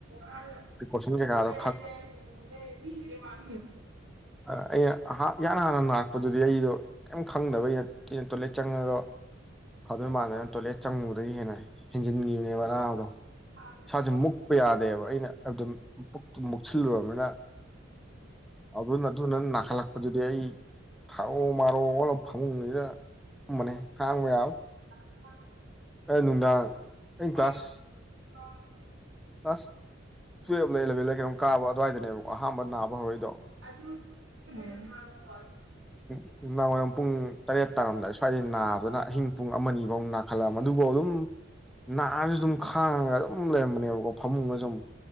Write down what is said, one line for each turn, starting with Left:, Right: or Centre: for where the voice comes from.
Right: <unintelligible>
Centre: ꯄ꯭ꯔꯤꯀꯣꯁꯟ ꯀꯩꯀꯥꯗꯣ ꯑ ꯑꯩꯅꯥ ꯏꯍꯥꯟ ꯍꯥꯟꯅ ꯅꯥꯔꯛꯄꯗꯨꯗꯤ ꯑꯩꯗꯣ ꯀꯩꯝ ꯈꯪꯗꯕꯩ ꯑꯩꯅ ꯇꯣꯏꯂꯦꯠ ꯆꯪꯉꯒ ꯐꯗꯣꯏ ꯃꯥꯟꯗꯂꯦꯅ ꯇꯣꯏꯂꯦꯠ ꯆꯪꯉꯨꯕꯗꯒꯤ ꯍꯦꯟꯅ ꯍꯦꯟꯖꯤꯟꯒꯤꯕꯅꯦꯕ ꯑꯅꯥꯕꯗꯣ
Right: <inaudible>
Centre: ꯏꯁꯥꯁꯦ ꯃꯨꯛꯄ ꯌꯥꯗꯦꯕ ꯑꯩꯅ ꯑꯗꯨꯝ ꯄꯨꯛꯇꫭ ꯃꯨꯛꯁꯤꯜꯂꯨꯔꯕꯅꯤꯅ ꯑꯗꯨꯅ ꯑꯗꯨꯅ ꯅꯥꯈꯠꯂꯛꯄꯗꯨꯗꯤ ꯑꯩ ꯊꯥꯔꯣ ꯃꯥꯔꯣ ꯑꯣꯜꯂꯒ ꯐꯃꯨꯡꯁꯤꯗ ꯇꯨꯝꯕꯅꯦ ꯈꯥꯡꯕ ꯌꯥꯕ
Right: <inaudible>
Centre: ꯑꯩꯅ ꯅꯨꯡꯗꯥꯡ ꯑꯩ
Right: <inaudible>
Centre: ꯀ꯭ꯂꯥꯁ ꯀ꯭ꯂꯥꯁ ꯇꯨꯌꯦꯜꯄꯂ ꯑꯦꯂꯕꯦꯟꯗ ꯀꯩꯅꯣꯝ ꯀꯥꯕ ꯑꯗꯨꯋꯥꯏꯗꯅꯦꯕꯀꯣ ꯑꯍꯥꯟꯕ ꯅꯥꯕ ꯍꯧꯔꯛꯏꯗꯣ
Right: ꯑꯗꯨ <unintelligible>
Centre: ꯅꯨꯃꯤꯗꯥꯡ ꯋꯥꯏꯔꯝ ꯄꯨꯡ ꯇꯔꯦꯠ ꯇꯥꯔꯝꯗꯥꯏꯗ ꯁ꯭ꯋꯥꯏꯗꯩ ꯅꯥꯕꯗꯨꯅ ꯑꯍꯤꯡ ꯄꯨꯡ ꯑꯃꯅꯤꯐꯧ ꯅꯥꯈꯠꯂꯛ ꯑꯕꯅꯦ ꯑꯗꯨꯕꯧ ꯑꯗꯨꯝ ꯅꯥꯔꯁꯨ ꯑꯗꯨꯝ ꯈꯥꯡꯉꯒ ꯑꯗꯨꯝ ꯂꯩꯔꯝꯕꯅꯦꯕꯀꯣ ꯐꯃꯨꯡꯗ ꯁꯨꯝ